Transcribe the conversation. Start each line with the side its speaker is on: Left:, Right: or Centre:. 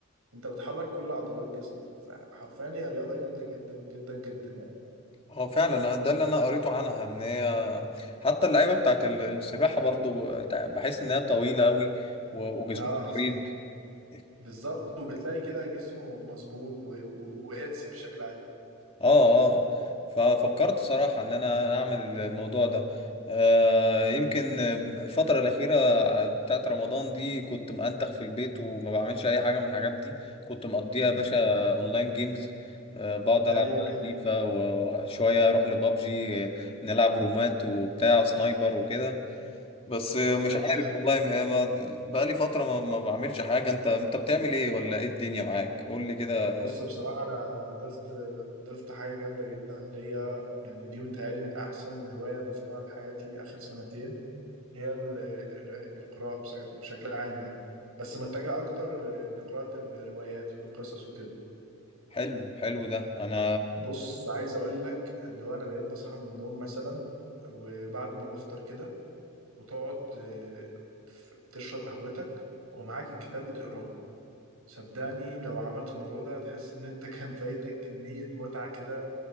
Right: أنت بتحرك كل عضلات جسمك فحرفيا هي رياضة جامدة جدا جدا جدا يعني
Left: اه فعلا أنا ده اللي انا قريته عنها ان هي حتى اللعيبة بتاعت ال- السباحة برضو تع- بحس ان هي طويلة قوي وجسمهم
Right: اه
Left: مريض اه
Right: بالظبط وبتلاقي كده جسمه مظبوط و- و- وهيلثي بشكل عام
Left: اه اه ففكرت صراحة ان انا اعمل الموضوع ده آه يمكن الفترة الأخيرة بتاعت رمضان دي كنت مأنتخ في البيت وما بعملش أي حاجة من الحاجات دي كنت مقضيها يا باشا
Right: مم.
Left: أونلاين جيمز آه بقعد ألعب
Right: ايوه
Left: بقى فيفا وشوية أروح لبابجي نلعب رومات وبتاع سنايبر وكده بس مش
Right: ايوه
Left: عارف والله ما- بقالي فترة ما ما بعملش حاجة أنت أنت بتعمل إيه ولا إيه الدنيا معاك قول لي كده
Right: بص بصراحة أنا ضفت ضفت حاجة جامدة جدا ليا يعني دي متهيألي من أحسن هواية ضفتها لحياتي آخر سنتين هي ال- الر- القراءة بش- بشكل عام يعني بس متجه أكتر ل- لقراءة الروايات والقصص وكده
Left: حلو حلو ده انا
Right: بص عايز أقول لك اللي هو أنا بقيت بصحى من النوم مثلا وبعد ما بفطر كده وتقعد آه، ف- بتشرب قهوتك ومعاك الكتاب بتقراه صدقني لو عملت الموضوع ده هتحس إن أنت <laughs> كان فايتك كمية متعة كده